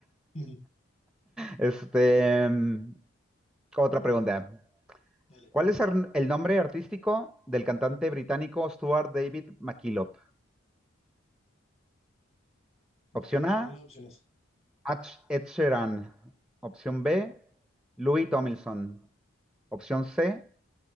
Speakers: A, on the left; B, in the centre.
A: <laughs>
B: Este, mm, otra pregunta.
A: Dale,
B: ¿Cuál es ar- el nombre artístico del cantante británico Stuart David McKillop?
A: dale,
B: Opción
A: tírame
B: A,
A: las opciones.
B: Ach- Ed Sheeran. Opción B, Louis Tomlinson. Opción C,